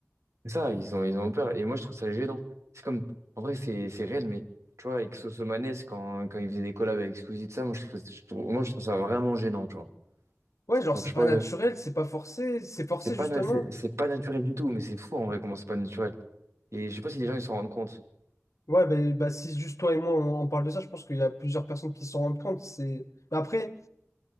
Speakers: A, on the right; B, on the left.
A: C'est ça, ils ont, ils ont peur. Et moi, je trouve ça gênant. C'est comme. En vrai, c'est c'est réel, mais tu vois, avec Soso Maness, quand, quand il faisait des collabs avec Squeezie, tout ça, moi, je trouve, je trouve- moi, je trouve ça vraiment gênant, tu vois.
B: Ouais, genre,
A: Genre,
B: c'est
A: je sais
B: pas
A: pas,
B: naturel, c'est pas forcé, c'est forcé
A: c'est
B: justement.
A: pas, na- c'est c'est pas naturel du tout, mais c'est fou en vrai comment c'est pas naturel. Et je sais pas si les gens ils s'en rendent compte.
B: Ouais, bah, bah, si juste toi et moi on, on parle de ça, je pense qu'il y a plusieurs personnes qui s'en rendent compte. C'est... Mais Après,